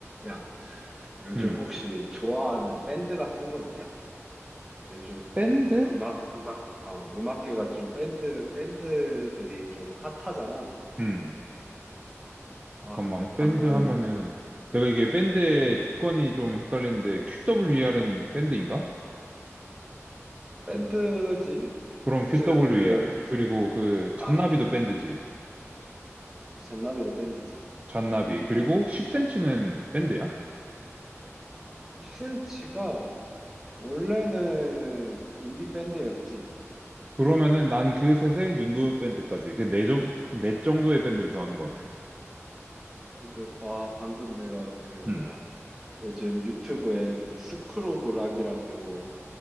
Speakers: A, in the centre; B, on the right.
A: 야, 요즘
B: 음,
A: 혹시 좋아하는 밴드 같은 거 있냐? 요즘
B: 밴드?
A: 또 음악, 음악, 어, 음악계가 좀 밴드, 밴드들이 좀 핫하잖아.
B: 음.
A: 어,
B: 잠깐만,
A: 아, 근데 방금,
B: 밴드 하면은, 내가 이게 밴드의
A: 음,
B: 조건이 좀 헷갈리는데, QWER은 밴드인가?
A: 밴드지?
B: 그럼
A: 어찌됐든,
B: QWER.
A: 그,
B: 그리고 그, 잔나비도
A: 악기,
B: 밴드지.
A: 잔나비도 밴드지.
B: 잔나비. 그리고 10cm는 밴드야?
A: 10cm가 원래는 인디 밴드였지.
B: 그러면은 난 그 셋의 윤도 밴드까지, 그 네 정, 네 정도의 밴드를 좋아하는 것 같아.
A: 근데 봐, 방금 내가 그,
B: 음.
A: 뭐야, 요즘 유튜브에 그 스크로브 락이라고,